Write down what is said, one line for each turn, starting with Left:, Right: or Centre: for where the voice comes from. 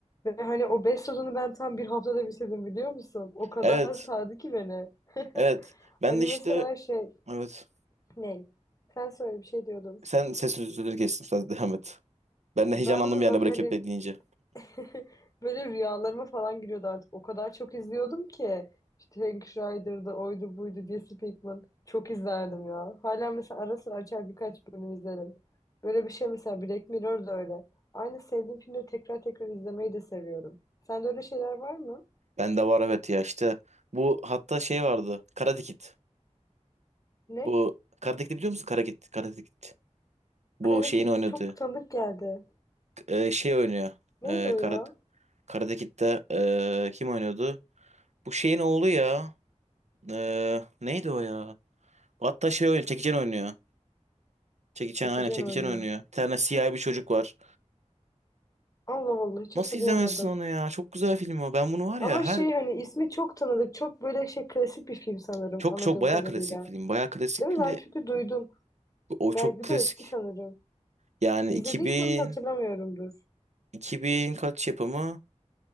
Left: Ve hani o beş sezonu ben tam bir haftada bitirdim biliyor musun? O kadar
Right: Evet.
Left: sardı ki beni. <laughs>
Right: Evet. Ben
Left: Hani
Right: de
Left: mesela
Right: işte
Left: şey
Right: evet.
Left: ne? Sen söyle bir şey diyordun.
Right: Sen ses sözünü kestim. Sen devam et. Ben de
Left: Ben
Right: heyecanlandım
Left: mi
Right: yani
Left: bak
Right: Breaking
Left: hani
Right: Bad deyince.
Left: <laughs> böyle rüyalarıma falan giriyordu artık. O kadar çok izliyordum ki. İşte Hank Schrader'da oydu buydu diye Pinkman. Çok izlerdim ya. Hala mesela ara sıra açar birkaç bölüm izlerim. Böyle bir şey mesela Black Mirror da öyle. Aynı sevdiğim filmleri tekrar tekrar izlemeyi de seviyorum. Sende öyle şeyler var mı?
Right: Ben de var evet ya işte. Bu hatta şey vardı. Karate Kid.
Left: Ne?
Right: Bu Karate Kid'i biliyor musun? Karate Kid. Karate Kid. Bu
Left: Kara
Right: şeyin
Left: Kit
Right: oynadığı.
Left: çok tanıdık geldi.
Right: K- e, şey oynuyor.
Left: Neydi
Right: E,
Left: o
Right: Karate
Left: ya?
Right: Karate Kid'de eee, kim oynuyordu? Bu şeyin oğlu ya. Eee, neydi o ya? Hatta şey oynuyor. Jackie Chan oynuyor. Jackie Chan
Left: Jackie
Right: aynen
Left: Chan
Right: Jackie
Left: oynuyor.
Right: Chan oynuyor. Bir tane siyah bir çocuk var.
Left: Allah Allah hiç
Right: Nasıl
Left: hatırlayamadım.
Right: izlemezsin onu ya? Çok güzel film o. Ben bunu var
Left: Ama
Right: ya her
Left: şey hani ismi çok tanıdık. Çok böyle şey klasik bir film sanırım
Right: çok
Left: anladığım
Right: çok bayağı
Left: kadarıyla.
Right: klasik film. Bayağı klasik
Left: Değil mi?
Right: film
Left: Ben
Right: de
Left: çünkü duydum.
Right: o çok
Left: Belki
Right: klasik.
Left: de eski sanırım.
Right: Yani
Left: İzlediysem
Right: iki bin
Left: de hatırlamıyorumdur.
Right: iki bin kaç yapımı?